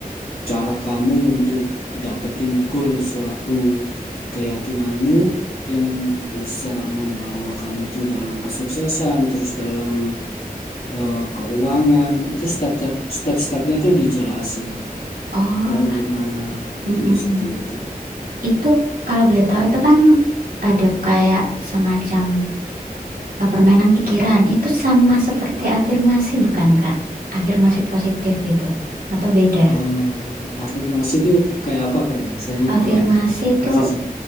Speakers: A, on the left; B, on the right.
A: cara kamu untuk dapetin goal suatu keyakinanmu yang bisa membawa kamu itu dalam kesuksesan, terus dalam eh, keuangan, itu step-step step-stepnya tuh dijelasin
B: Oh,
A: kayak gimana.
B: mm-mm.
A: Jadi seperti itu.
B: Itu kalau boleh tahu itu kan ada kayak semacam eh, permainan pikiran. Itu sama seperti afirmasi bukan Kak? Afirmasi positif gitu atau beda?
A: eh afirmasi itu kayak apa kayak ya? saya
B: Afirmasi
A: kurang
B: itu
A: ngerti sih.